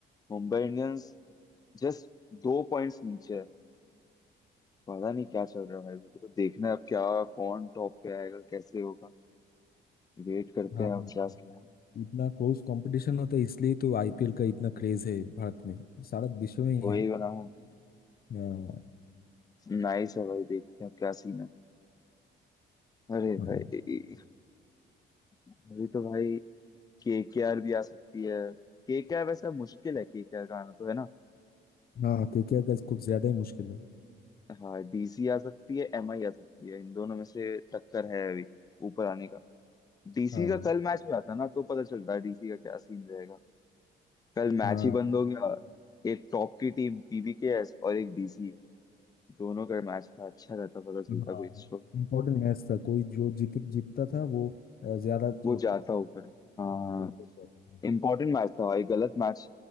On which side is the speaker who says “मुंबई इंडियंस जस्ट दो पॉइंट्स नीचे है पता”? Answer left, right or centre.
Left